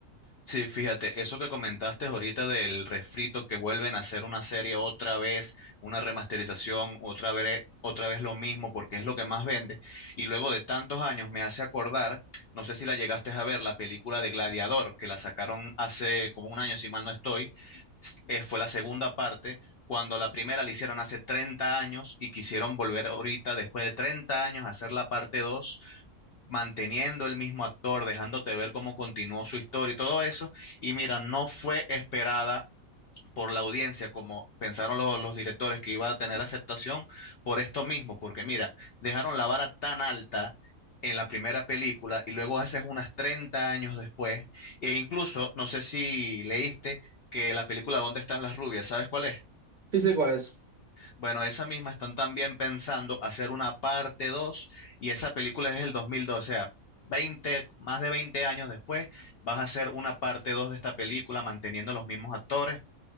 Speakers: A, on the left; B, on the right.
A: Sí, fíjate, eso que comentaste ahorita del refrito que vuelven a hacer una serie otra vez, una remasterización, otra vez, otra vez lo mismo, porque es lo que más vende. Y luego de tantos años me hace acordar, no sé si la llegaste a ver, la película de Gladiador, que la sacaron hace como un año, si mal no estoy, eh, fue la segunda parte, cuando la primera la hicieron hace 30 años y quisieron volver ahorita, después de 30 años, a hacer la parte 2 manteniendo el mismo actor, dejándote ver cómo continuó su historia y todo eso. Y mira, no fue esperada por la audiencia, como pensaron lo- los directores que iba a tener aceptación, por esto mismo, porque mira, dejaron la vara tan alta en la primera película y luego haces unas 30 años después, e incluso, no sé si leíste que la película ¿Dónde están las rubias? ¿Sabes cuál es?
B: Sí sé cuál es.
A: Bueno, esa misma están también pensando hacer una parte 2 y esa película es del 2012, o sea, 20, más de 20 años después vas a hacer una parte 2 de esta película manteniendo los mismos actores